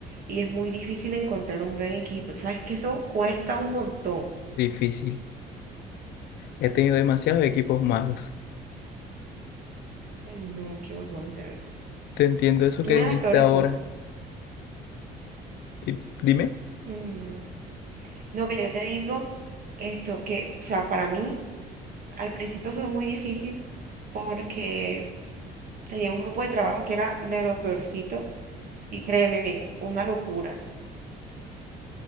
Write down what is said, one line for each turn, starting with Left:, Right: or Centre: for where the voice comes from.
Right: y es muy difícil encontrar un buen equipo. Sabes que eso cuesta un montón.
Left: Difícil. He tenido demasiados equipos malos.
Right: No, qué horror, de verdad.
Left: Te entiendo eso
Right: Es
Left: que
Right: una
Left: dijiste
Right: de las peores
Left: ahora.
Right: cosas.
Left: Di- Dime.
Right: Mm, No, que yo te digo esto, que, o sea, para mí Al principio fue muy difícil porque tenía un grupo de trabajo que era de lo peorcito y créeme, una locura.